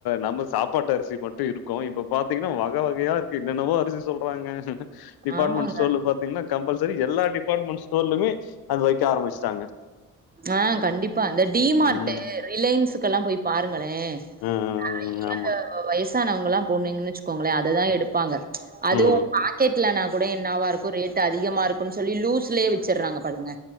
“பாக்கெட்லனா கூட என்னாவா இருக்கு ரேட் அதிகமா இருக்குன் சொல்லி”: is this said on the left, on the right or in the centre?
Right